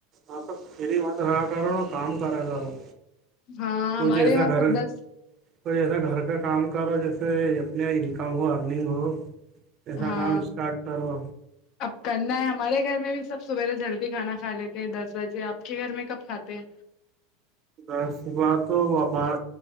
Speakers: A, on the right; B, on the left.
A: آ ت فری مت رہا کر رہو نا کام کرا کر رہ ہو
B: ہاں
A: کچھ
B: ہمارے
A: ایسا
B: وہاں
A: گھر
B: سب دس
A: کوئی جسا گھر کا کام کرو جیسے اپنے انکم ہو ارننگ ہو جسا
B: ہاں
A: کام اسٹارٹ کرو
B: اب کرنا ہے ہمارے گھر میں بھی سب سبیرے جلدی کھانا کھا لیتے ہیں دس بجے آپ کے گھر میں کب کھاتے ہیں
A: ب ص ب تو وپار